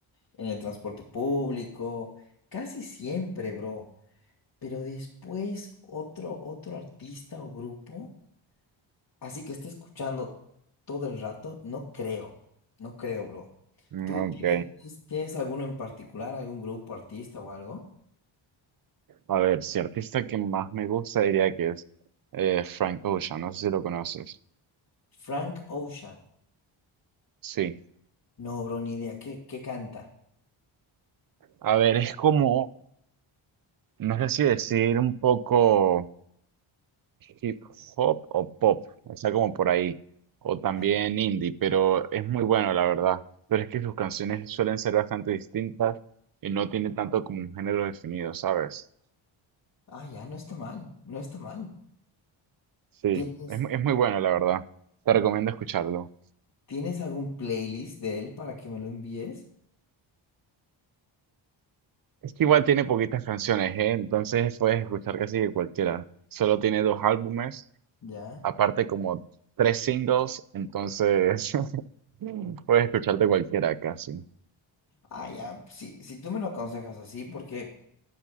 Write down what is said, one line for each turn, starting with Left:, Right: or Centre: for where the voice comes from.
Left: en el transporte público, casi siempre, bro. Pero después otro, otro artista o grupo, así que esté escuchando todo el rato, no creo, no creo, bro.
Right: Mm,
Left: ¿Tú
Right: Ok.
Left: tienes, tienes alguno en particular, algún grupo, artista o algo?
Right: A ver, si artista que más me gusta diría que es eh, Frank Ocean, no sé si lo conoces.
Left: Frank Ocean.
Right: Sí.
Left: No, bro, ni idea. ¿Qué, qué canta?
Right: A ver, es como, no sé si decir un poco hip hop o pop, está como por ahí, o también
Left: ¿Ah?
Right: indie, pero es muy bueno, la verdad. Pero es que sus canciones suelen ser bastante distintas y no tiene tanto como un género definido, ¿sabes?
Left: Ah, ya, no está mal, no está mal.
Right: Sí,
Left: ¿Tienes?
Right: es, mu- es muy bueno, la verdad. Te recomiendo escucharlo.
Left: ¿Tienes algún playlist de él para que me lo envíes?
Right: Es que igual tiene poquitas canciones, ¿eh? Entonces puedes escuchar casi de cualquiera. Solo tiene dos álbumes,
Left: ¿Ya?
Right: aparte como tres singles, entonces <laughs> puedes escuchar de cualquiera casi.
Left: Ah, ya, si, si tú me lo aconsejas así, porque